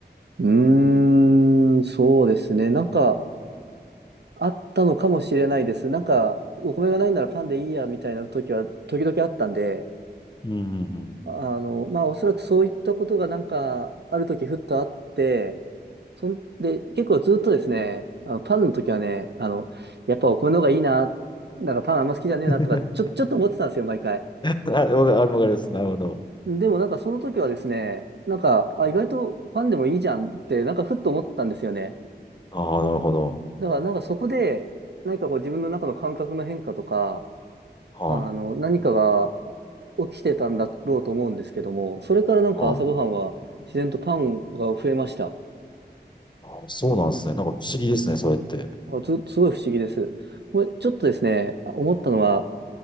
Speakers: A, on the right (about 70°); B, on the left (about 25°).
A: うーん、そうですね。なんか、あったのかもしれないです。なんか、お米がないならパンでいいや、みたいな時は、時々あったんで、
B: うんうん
A: あの、まあ、おそらくそういったことがなんか、ある時ふっとあって、そんで、結構ずっとですね、あのパンの時はね、あの、やっぱお米の方がいいな、なんかパンあんま好きじゃねえなとか、
B: うん。
A: ちょ、
B: <laughs>
A: ちょっと思ってたんですよ、毎回。
B: あわかる、わかります。なるほど。
A: でもなんかその時はですね、なんか、あ、意外とパンでもいいじゃんって、なんかふっと思ったんですよね。
B: ああ、なるほど。
A: だからなんかそこで、何かこう自分の中の感覚の変化とか、
B: はい。
A: あの、何かが起きてたんだろうと思うんですけども、それからなんか朝ごはんは自然とパンが増えました。
B: はい。あそうなんですね。なんか不思議ですね、それって。
A: あず、すごい不思議です。これちょっとですね、思ったのは、